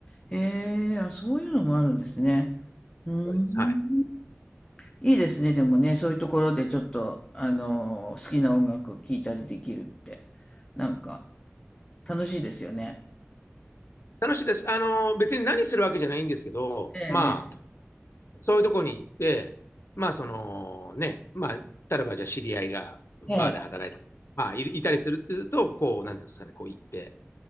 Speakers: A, on the left; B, on the left.
A: へえ、あ、そういうのもあるんですね。うーん。
B: わかります。はい。
A: いいですね、でもね、そういうところでちょっと、あのー好きな音楽聴いたりできるって、なんか、楽しいですよね。
B: 楽しいです。あの、別に何するわけじゃないんですけど、
A: ええ、
B: まあ、そういうとこに行って、まあ、その、ね、まあ、例えばじゃあ知り合いがバーで働いて、
A: ええ、
B: まあ、いいたりすると、こう、なんていうんですかね、こう行って、